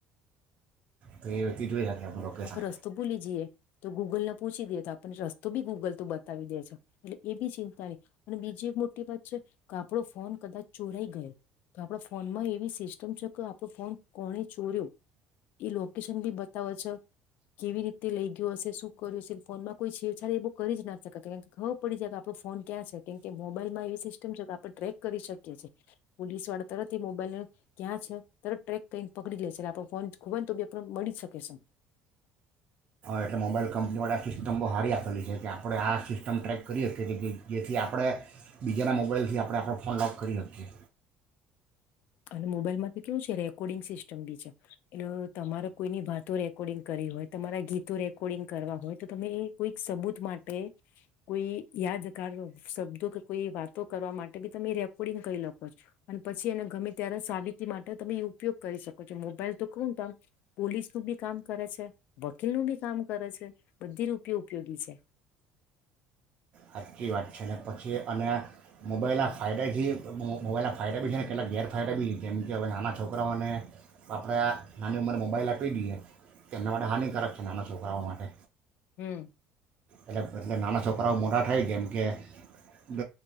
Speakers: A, on the right; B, on the left.
A: તો એ વ્યક્તિ જોઈ આપણું લોકેશન
B: આપણે રસ્તો ભૂલી જઈએ તો ગૂગલ ન પૂછી દે તો આપણને રસ્તો બી ગૂગલ તો બતાવી દે છે એટલે એ બ ચિંતા નહી અને બીજી એક મોટી વાત છે કે આપણો ફોન કદાચ ચોરા ગયો તો આપડ ફોનમાં એવી સિસ્ટમ છે કે આપણો ફોન કોને ચોર્યો એ લોકેશન બી બતાવે છે. કેવી રીતે લઇ ગયો હશે શું કર્યું છે ફોનમાં કોઈ છેડછાડી એ બહ કરી જ ના શકે કેમ ખબર પડી જાય કે આપણો ફોન ક્યાં છે કેમ કે મોબાઈલમાં એવી સિસ્ટમ છે કે આપણે ટ્રેક કરી શકીએ છીએ પોલીસ વાળા તરત એ મોબાઈલ ક્યાં છે તરત ટ્રેક કરીને પકડી લે છે આપો ફોન ખોબને તો બી આપણ મળી જ શકે છે.
A: એટલે મોબાઈલ કંપનીવાળી આ સિસ્ટમ બહુ હારી આપલી છે કે આપણે આ સિસ્ટમ ટ્રેક કરી શકીએ છી જેથી આપણે બીજાના મોબાઈલથી આપણે આપણો ફોન લોક કરી શકીએ.
B: અને મોબાઈલમાં તો કેવું છે રેકોર્ડિંગ સિસ્ટમ બી છે એટલે તમારે કોઈની વાતો રેકોર્ડિંગ કરીવી હોય તમારા ગીતો રેકોર્ડિંગ કરવા હોય તો તમે કોઈક સબૂત માટે કોઈ યાદગાર શબ્દો કે કોઈ વાતો કરવા માટે બી તમે રેકોર્ડિંગ કરી લખ છો અને પછી એને ગમે ત્યારે સાવિતી માટે તમે ઉપયોગ કરી શકો છો મોબાઈલ તો કું તામ પોલીસ નું બી કામ કરે છે વકીલનું બી કામ કરે છે બધી રૂપયો ઉપયોગી છે
A: સાચી વાત છે ને પછી અને મોબાઈલના ફાયદાથી મોબાઈલના ફાયદા બી છે ને કેટલાક ગેરફાયદા બી જેમ કે હવે નાના છોકરાઓને આપણે આ નાની ઉંમરે મોબાઈલ આપી દઈએ તો એમના માટે હાનિકારક છે નાના છોકરાઓ માટે.
B: હમ
A: એના કરતા નાના છોકરા મો થાય જેમ કે દ